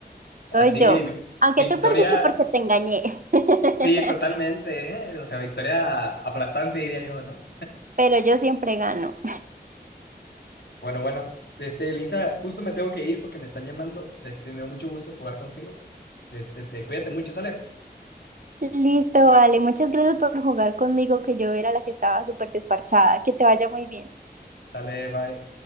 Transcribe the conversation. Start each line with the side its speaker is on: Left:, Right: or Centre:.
Left: Así,
Right: Soy yo.
Left: vi-
Right: Aunque
Left: victoria,
Right: tú perdiste porque te engañé, <laughs>
Left: sí, totalmente, ¿eh? O sea, victoria aplastante, diría yo, ¿no?
Right: pero yo siempre gano.
Left: Bueno, bueno, de este, Elisa, justo me tengo que ir porque me están llamando. De Este, me dio mucho gusto jugar contigo. De Este, te cuídate mucho, sale.
Right: Listo, vale. Muchas gracias por jugar conmigo, que yo era la que estaba súper desparchada. Que te vaya muy bien.
Left: Sale, bye.